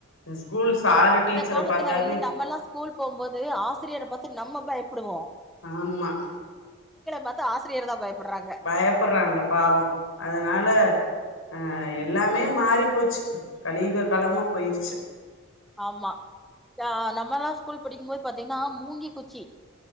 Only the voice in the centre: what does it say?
அந்த
காலத்துல
வந்து நம்மல்லா ஸ்கூல் போம்போது ஆசிரியர பாத்து நம்ம பயப்புடுவோ
பாத்து ஆசிரியர் தா பயப்படுறாங்க
ஆமா யா நம்மல்லா ஸ்கூல் படிக்கும் மோது பாத் தீங்னா மூங்கி குச்சி